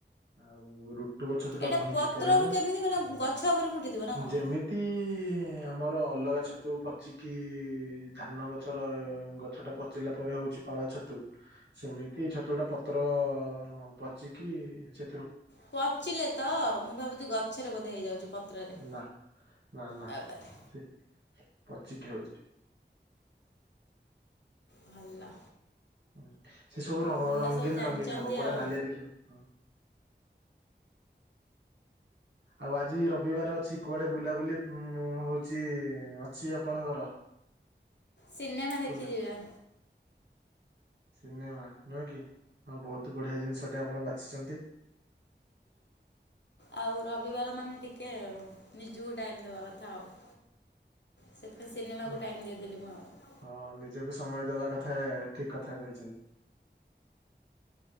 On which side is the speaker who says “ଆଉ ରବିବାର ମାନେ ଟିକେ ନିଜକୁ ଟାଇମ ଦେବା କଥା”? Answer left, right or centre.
Left